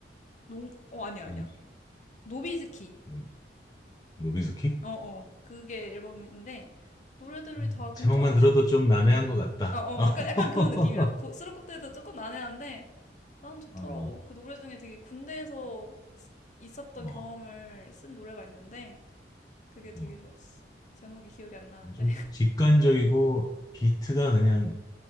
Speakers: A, on the left; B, on the left.
A: 농, 어, 아니야,
B: 아니,
A: 아니야. 노비즈키.
B: 뭐, 노비스키?
A: 어어.
B: 어,
A: 그게 앨범인데 노래들이
B: 음.
A: 다 괜찮았어.
B: 제목만 들어도 좀 난해한 것 같다.
A: 어어.
B: <laughs>
A: 약간 약간 그런 느낌이야. 그 수록곡들도 조금 난해한데 난 좋더라고.
B: 어, 어,
A: 그 노래 중에 되게 군대에서 있었던
B: 어.
A: 경험을 쓴 노래가 있는데 그게 되게
B: 어.
A: 좋았어. 제목이 기억이 안 나는데.
B: 좀 직관적이고 비트가 그냥